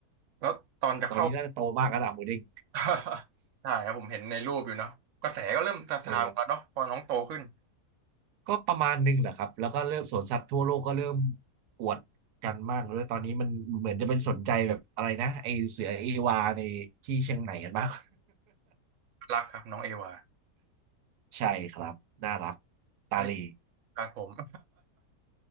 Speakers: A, on the right; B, on the right.
A: แล้วตอนจะเข้า
B: ตอนนี้น่าจะโตมากแล้วล่ะหมูเด้ง
A: <laughs> ใช่ครับผมเห็นในรูปอยู่เนาะกระแสก็เริ่มซาซาลงแล้วเนาะพอน้องโตขึ้น
B: เออก็ประมาณหนึงแหละครับแล้วก็เริ่มสวนสัตว์ทั่วโลกก็เริ่มอวดกันมากเลยตอนนี้มันเหมือนจะเป็นสนใจแบบอะไรนะไอเสือเอวาในที่เชียงใหม่กันมาก
A: รักครับน้องเอวา
B: <laughs> ใช่ครับน่ารักตาลี
A: ใช่ครับผม <laughs>